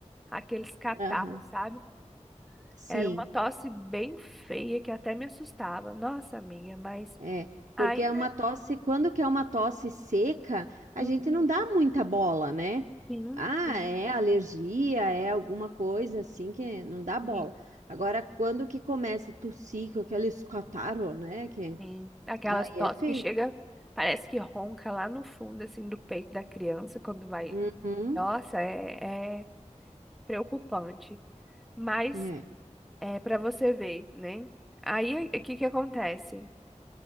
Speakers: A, in the centre; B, on the right (about 80°).
A: aqueles catarros,
B: Aham,
A: sabe?
B: Sim,
A: Era uma tosse bem feia que até me assustava. Nossa, amiga, mas.
B: é.
A: Ainda.
B: Porque é uma tosse, quando que é uma tosse seca, a
A: Uhum.
B: gente não dá muita bola, né?
A: Sim,
B: Ah,
A: sim,
B: é alergia, é alguma coisa assim que não dá
A: sim,
B: bola. Agora, quando que começa a tossir com aqueles catarro, né? Que
A: sim. Aquelas
B: aí
A: tosse
B: é feio.
A: que chega, parece que ronca lá no fundo, assim, do peito da criança quando vai.
B: Uhum,
A: Nossa, é, é preocupante. Mas
B: é.
A: é para você ver, né? Aí, o que que acontece?